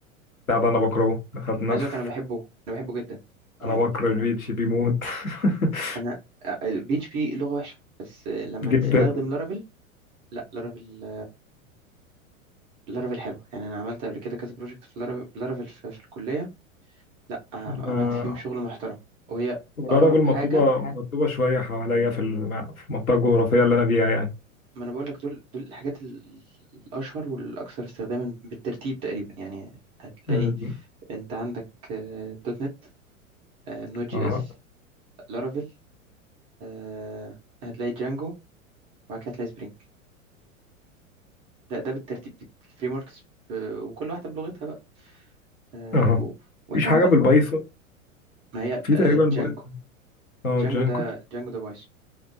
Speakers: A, on the left; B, on the right.
A: بتاع ده انا بكرهه دخلنا
B: عايز
A: في
B: اقولك انا بحبه انا بحبه جدا يعني
A: انا بكره البي اتش بي موت <laughs>
B: انا بي اتش بي لغه وحشه بس لما
A: جدا
B: تستخدم لارافيل لا لارافيل لارافيل حلو يعني انا عملت قبل كده كذا بروجكت في لارافيل بلارافيل في, في الكليه لا
A: آه،
B: عملت فيهم شغل محترم وهي
A: اللارفل
B: اقرب
A: مطلوبه
B: حاجه
A: مطلوبه شويه حواليا في ال- في المنطقه الجغرافيه اللي انا فيها يعني
B: ما انا بقول لك دول دول الحاجات ال- الاشهر والاكثر استخداما بالترتيب تقريبا يعني هتلاقي
A: مم.
B: انت عندك آه، دوت نت آه، نود جي
A: اه
B: اس لارافيل آه، هتلاقي جانجو وبعد كده هتلاقي سبرينج ده ده بالترتيب الفريم وركس وكل واحده بلغتها بقى آه،
A: اه
B: و... وانت
A: مفيش
B: عامه
A: حاجة بالبايثون
B: ما هي
A: في
B: آه،
A: تقريبا بايت
B: جانجو
A: اه
B: جانجو
A: جانكو
B: ده جانجو ده بايثون